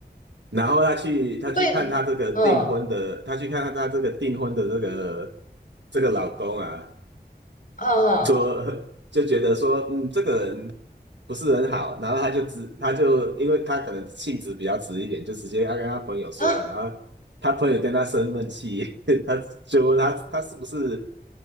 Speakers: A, on the right; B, on the left.
A: 然后他去他去看他这个订婚的，
B: 所以，嗯
A: 他去看他这个订婚的这个这个老公啊，
B: 嗯嗯
A: 说就觉得说，嗯，这个人不是很好，然后他就直，他就因为他可能性子比较直一点，就直接他跟他朋友说了，
B: 啊
A: 然后他朋友跟他生闷气，<laughs> 他就问他他是不是